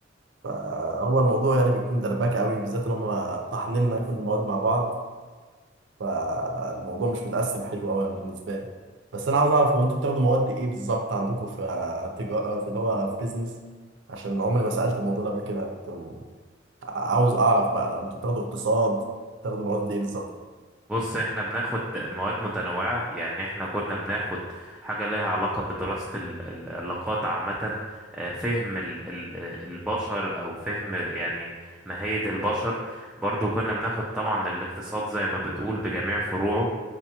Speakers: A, on the right; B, in the centre.
A: فهو الموضوع يعني بيكون دربكة أوي بالذات إن هم طاحنيننا كل المواد مع بعض فالموضوع مش متقسم حلو قوي بالنسبه لي بس انا عاوز اعرف هو انتوا بتاخدوا مواد ايه بالظبط عندكم في تجارة في اللي هو في بيزنس عشان عمري ما سالت الموضوع ده قبل كده كنت م- عاوز اعرف بقى انتوا بتاخدوا اقتصاد بتاخدوا مواد ايه بالظبط
B: بص احنا بناخد مواد متنوعة يعني احنا كنا بناخد حاجة ليها علاقة بدراسة ال- ال- العلاقات عامة آه، فهم ال- ال- البشر او فهم يعني ماهية البشر برضو كنا بناخد طبعا الاقتصاد زي ما بتقول بجميع فروعه